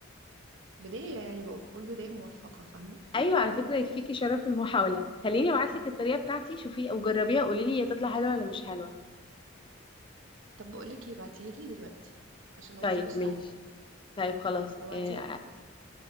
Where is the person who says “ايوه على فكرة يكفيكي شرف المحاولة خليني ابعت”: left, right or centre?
Left